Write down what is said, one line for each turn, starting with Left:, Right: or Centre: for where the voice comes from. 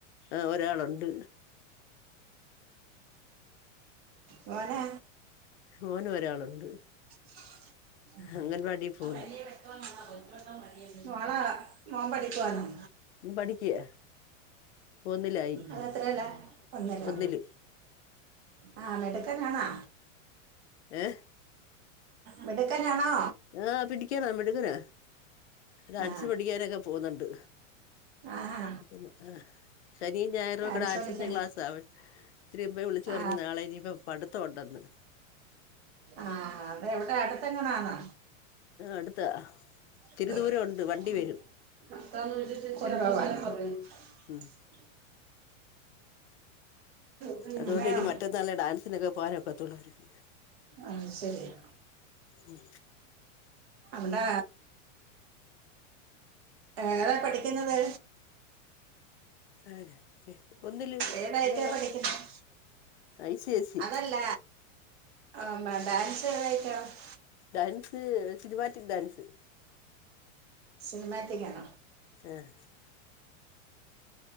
Left: ആഹ് ഒരാളുണ്ട്
Right: മോനെ
Left: മോന് ഒരാളുണ്ട്
Right: <inaudible>
Left: അംഗൻവാടി പോന്ന്
Right: മോള മോൻ പഠിക്കുവാന്നോ
Left: ഉം പഠിക്കയാ ഒന്നിലായി
Right: അതെത്രേലാ ഒന്നിലോ
Left: ഒന്നില്
Right: ആഹ് മിടുക്കൻ ആണോ
Left: ഏ
Right: മിടുക്കാനാണോ
Left: ആ പിടിക്കണം മിടുക്കന അത് അടിച്ച്
Right: ആ
Left: പൊട്ടിക്കാനൊക്കെ പോന്നുണ്ട്
Right: ആഹാ
Left: പിന്നെ ആഹ് ശനിയും ഞായറൂകുടെ
Right: ഡാൻസ്
Left: ആഡ്സിന്റെ
Right: പഠിക്കാൻ
Left: ക്ലാസ് അവി ഇത്തിരിയും മുൻപെ വിളിച്ച്
Right: ആ
Left: പറഞ് നാളെ ഇനി ഇപ്പ പഠ്ത്ത മുണ്ടന്ന്
Right: ആഹ് അത് എവിടാ അടുത്തെ എങ്ങനാന്നാ
Left: അടുത്താ
Right: <unintelligible>
Left: ഇത്തിരി ദൂരം ഉണ്ട് വണ്ടി വരും ഉം
Right: അങ്ങനെയാണോ
Left: അതുകൊണ്ട് ഇനി മറ്റന്നാളെ ഡാൻസിനൊക്കെ പോകാനൊക്കത്തോള്ളരിക്കും
Right: ആം ശരിയാ
Left: ഉം
Right: അവിടെ ഏതാ പഠിക്കുന്നത്
Left: അഹ് ഒന്നില്
Right: ഏതായിട്ടാ
Left: ഒന്നാം ക്ലാസില്
Right: പഠിക്കുന്നത്
Left: ഐ സി സ്‌ സി
Right: അല്ല അ ഡാൻസ് <unintelligible>
Left: ഡാൻസ് സിനിമാറ്റിക്ക് ഡൻസ്
Right: സിനിമാറ്റിക്കാണോ
Left: ആഹ്